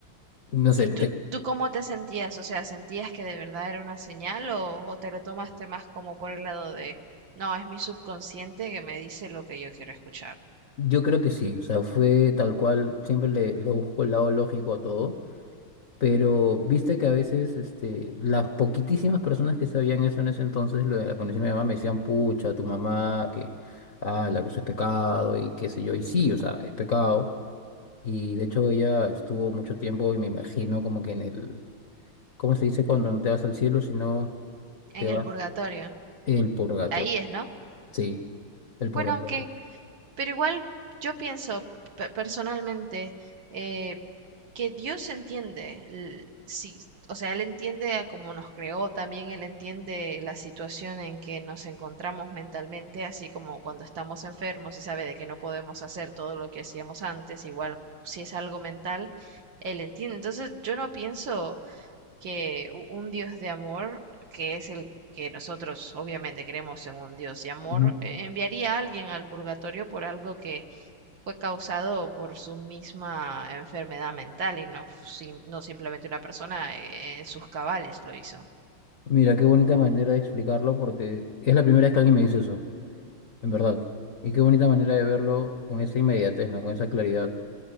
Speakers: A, on the left (about 45°); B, on the right (about 60°).
A: no sé,
B: ¿Y
A: te-
B: tú, tú cómo te sentías? O sea, ¿sentías que de verdad era una señal o, o te lo tomaste más como por el lado de, no, es mi subconsciente que me dice lo que yo quiero escuchar?
A: yo creo que sí, o sea, fue tal cual, siempre le, le busco el lado lógico a todo, pero viste que a veces este, las poquitísimas personas que sabían eso en ese entonces, lo de la condición de mi mamá, me decían, pucha, tu mamá, que, ah, la que eso es pecado y qué sé yo, y sí, o sea, es pecado. Y de hecho ella estuvo mucho tiempo y me imagino como que en el, ¿cómo se dice cuando no te vas al cielo, sino
B: En
A: te
B: el
A: vas
B: purgatorio.
A: el purgatorio?
B: Ahí es, ¿no?
A: Sí, el purgatorio.
B: Bueno, aunque Pero igual yo pienso pe- personalmente eh, que Dios entiende, l- sí, o sea, Él entiende a cómo nos creó, también Él entiende la situación en que nos encontramos mentalmente, así como cuando estamos enfermos y sabe de que no podemos hacer todo lo que hacíamos antes, igual si es algo mental, Él entiende. Entonces yo no pienso que u- un Dios de amor, que es el que nosotros obviamente creemos en un Dios de amor,
A: Ujú.
B: eh, enviaría a alguien al purgatorio por algo que fue causado por su misma enfermedad mental y no, sim- no simplemente una persona eh, en sus cabales lo hizo,
A: Mira, qué bonita manera de explicarlo porque es la primera vez que alguien me dice eso, en verdad. Y qué bonita manera de verlo con esa inmediatez, ¿no? Con esa claridad.